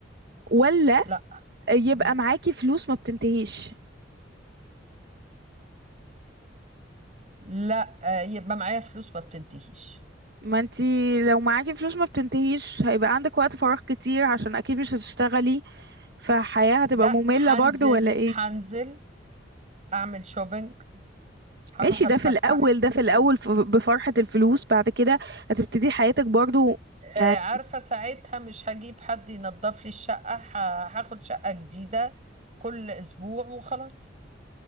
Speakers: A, on the right; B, on the right.
A: ولا
B: لا
A: يبقى
B: مم.
A: معاكي فلوس ما بتنتهيش
B: لا آه، يبقى معايا فلوس ما بتنتهيش
A: ما انت لو معاكي فلوس ما بتنتهيش هيبقى عندك وقت فراغ كتير عشان اكيد مش هتشتغلي فحياة هتبقى
B: لا
A: مملة
B: هنزل
A: برضو ولا ايه
B: هنزل اعمل شوبينج هروح
A: ماشي
B: اتفسح
A: ده في الاول ده في الاول ف- بفرحة الفلوس بعد كده هتبتدي حياتك برضو
B: آه،
A: يعني
B: عارفة ساعتها مش هجيب حد ينظف لي الشقة ه- هاخد شقة جديدة كل أسبوع وخلاص